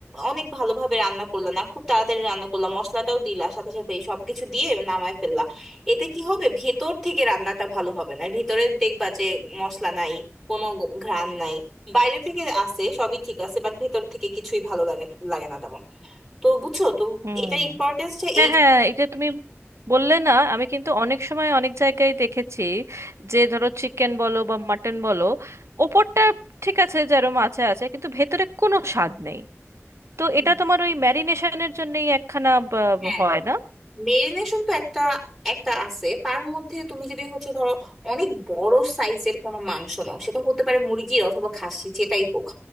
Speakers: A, in the centre; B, on the right.
A: অনেক ভালোভাবে রান্না করলা না খুব তাড়াতাড়ি রান্না করলা মশলাটাও দিলা সাথে সাথে এই সবকিছু দিয়ে নামায় ফেললা এতে কি হবে ভেতর থেকে রান্নাটা ভালো হবে না ভেতরে দেখবা যে মশলা নাই কোনো ঘ্রাণ নাই বাইরে থেকে আসে সবই ঠিক আছে বাট ভেতর থেকে কিছুই ভালো লাগে লাগে না তেমন তো বুঝছো তো
B: হুম
A: এটার ইম্পর্টেন্সটা
B: হ্যাঁ
A: এই
B: হ্যাঁ এটা তুমি বললে না আমি কিন্তু অনেক সময় অনেক জায়গায় দেখেছি যে ধরো চিকেন বলো বা মাটন বলো ওপরটা ঠিক আছে যেরকম আছে আছে কিন্তু ভেতরে কোনো স্বাদ নেই তো
A: হুম,
B: এটা তোমার ওই ম্যারিনেশনের জন্যই একখানা বা-
A: হ্যাঁ
B: হয় না
A: মেরিনেশন তো একটা একটা আছে তার মধ্যে তুমি যদি হচ্ছে ধরো অনেক বড় সাইজের কোনো মাংস নাও সেটা হতে পারে মুরগির অথবা খাসি যেটাই হোক